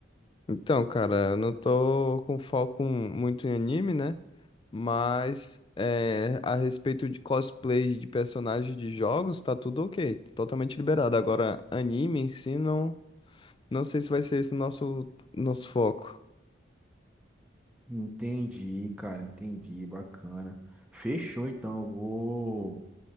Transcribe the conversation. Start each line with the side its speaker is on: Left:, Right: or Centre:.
Left: Então, cara, eu não tô com foco muito em anime, né? Mas é, a respeito de cosplay de personagens de jogos, tá tudo ok, totalmente liberado. Agora, anime em si não. Não sei se vai ser esse o nosso, nosso foco.
Centre: Entendi, cara, entendi, bacana. Fechou, então, eu vou